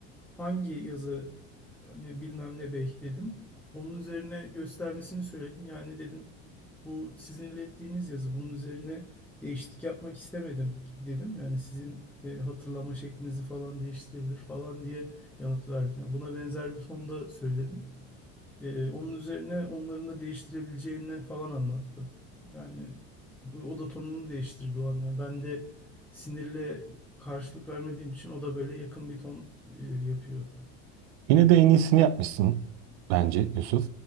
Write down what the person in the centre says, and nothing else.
hangi yazı hani bilmem ne bey dedim. Onun üzerine göstermesini söyledim. Yani dedim bu sizin ilettiğiniz yazı. Bunun üzerine değişiklik yapmak istemedim dedim. Yani sizin e, hatırlama şeklinizi falan değiştirebilir falan diye yanıt verdim. Ya buna benzer bir tonda söyledim. E, onun üzerine onların da değiştirebileceğini falan anlattı. Yani o da tonunu değiştirdi o an. Yani ben de sinirle karşılık vermediğim için o da böyle yakın bir ton e, yapıyor.